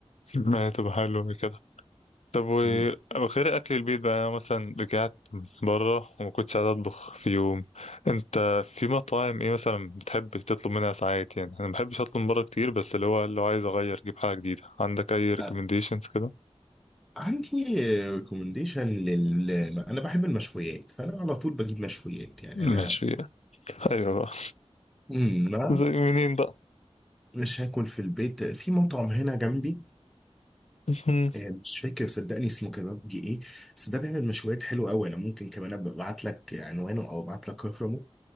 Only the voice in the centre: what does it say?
مم.
آه،
عندي ريكومنديشن لل انا بحب المشويات فانا على طول بجيب مشويات يعني
انا
مم، ما
مش هاكل في البيت في مطعم هنا جنبي
آه، مش فاكر صدقني اسمه كبابجي ايه بس ده بيعمل مشويات حلوه قوي انا ممكن كمان ابقى ابعت لك عنوانه او ابعت لك رقمه